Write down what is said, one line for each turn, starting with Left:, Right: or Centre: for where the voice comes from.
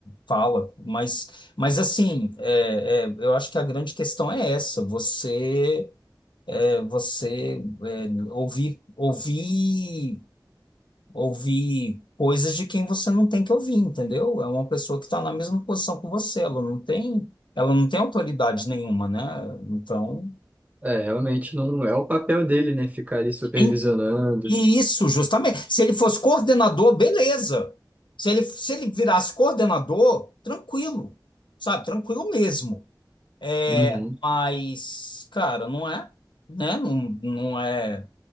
Left: fala, mas, mas assim, é, é, eu acho que a grande questão é essa, você você é, ouvir, ouvir, ouvir coisas de quem você não tem que ouvir, entendeu? É uma pessoa que está na mesma posição que você, ela não tem, ela não tem autoridade nenhuma, né? Então,
Right: é, realmente não é o papel dele, né? Ficar ali supervisionando.
Left: em- e isso, justamente. Se ele fosse coordenador, beleza. Se ele, se ele virasse coordenador, tranquilo, sabe? Tranquilo mesmo. É,
Right: Uhum.
Left: mas, cara, não é, né? Não, não é,